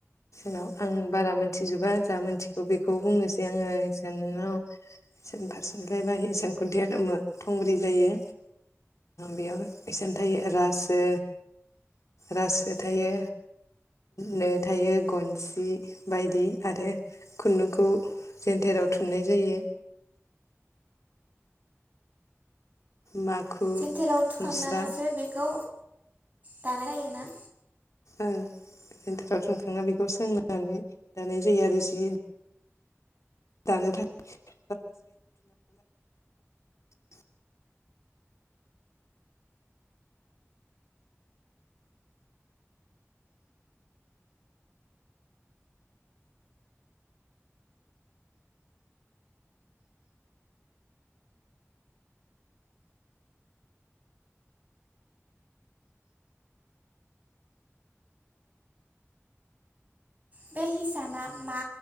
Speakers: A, on the left; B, on the right.
A: नाव आं बारा मिथिजोबा जा मोनथिगौ बेखौ बुंनोसै आङो इसानाव फारसेनिफ्रायबा इसान खुन्थाया थुंब्रै जायो बेयाव इसान थायो रासो, रासो थायो नो थायो गन सि बायदि आरो खुन्दुंखौ जेन्थेराव थुननाय जायो। माखु
B: जेन्थेराव थुखांनानैसो
A: मुस्रा
B: बेखौ दानाय जायोना
A: आं जेन्थेराव थुखांना बेखौ सोंनानै दानाय जायो आरो जि दानो थाखाय <unintelligible>
B: बे हिसाना मा